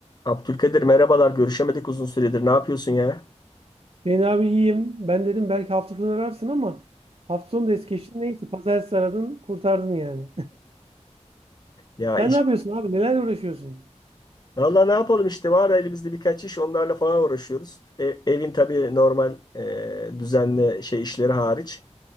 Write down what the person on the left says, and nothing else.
Abdülkadir merhabalar. Görüşemedik uzun süredir. Ne yapıyorsun ya?
Ya
iş.
Valla ne yapalım işte var elimizde birkaç iş onlarla falan uğraşıyoruz. E- evin tabii normal e, düzenli şey işleri hariç.